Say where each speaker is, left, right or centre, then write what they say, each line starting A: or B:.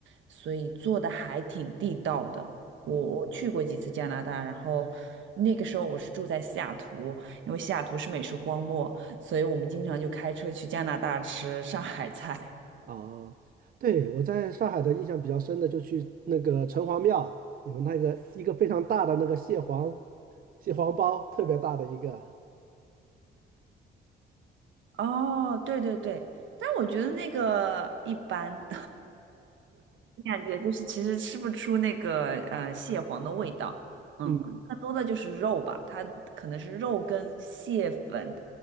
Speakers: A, on the right; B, on the right.
A: 所以做的还挺地道的。我我去过几次加拿大，
B: 嗯。
A: 然后那个时候我是住在西雅图，因为西雅图是美食荒漠，所以我们经常就开车去加拿大吃上海菜。
B: 啊，对，我在上海的印象比较深的，就去那个城隍庙，有那个一个非常大的那个蟹黄蟹黄包，特别大的一个。
A: 哦，对对对，但我觉得那个一般。感觉就是其实吃不出那个呃蟹黄的味道，嗯，
B: 嗯，
A: 更多的就是肉吧，它可能是肉跟蟹粉，